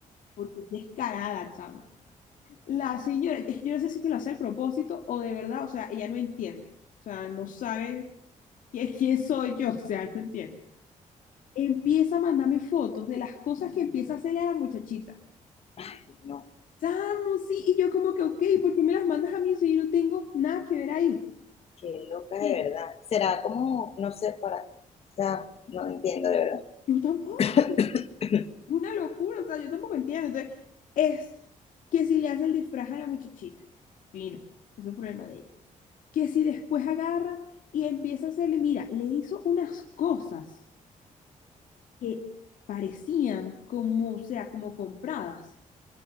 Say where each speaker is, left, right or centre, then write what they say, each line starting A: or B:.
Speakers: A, on the left; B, on the left.
A: porque es descarada, chamo. La señora, es que yo no sé si es que lo hace al propósito o de verdad, o sea, ella no entiende, o sea, no sabe quién, <laughs> quién soy yo, o sea, no entiende. Empieza a mandarme fotos de las cosas que empieza a hacerle a la muchachita.
B: Ay, no,
A: Chamo, sí, y yo como que, ok, ¿por qué me las mandas a mí si yo no tengo nada que ver ahí?
B: qué loca de
A: Mira,
B: verdad. Será como, no sé, para, o sea, no entiendo de verdad.
A: yo tampoco.
B: <coughs>
A: Es una locura, o sea, yo tampoco entiendo. Entonces, es que si le hace el disfraz a la muchachita, fino, eso es problema de ella. Que si después agarra y empieza a hacerle, mira, le hizo unas cosas que parecían como, o sea, como compradas.